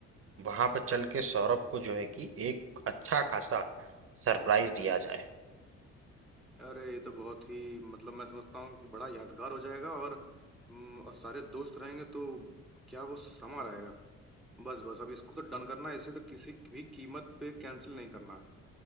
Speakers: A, on the right; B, in the centre.
A: वहां पर चल के सौरभ को जो है कि एक अच्छा खासा सरप्राइज दिया
B: हम्म
A: जाए
B: अरे ये तो बहुत ही मतलब मैं समझता हूँ कि बड़ा यादगार हो जाएगा और हम्म, और सारे दोस्त रहेंगे तो क्या वो समा रहेगा बस बस अब इसको तो डन करना है इसे तो किसी भी कीमत पे कैंसिल नहीं करना है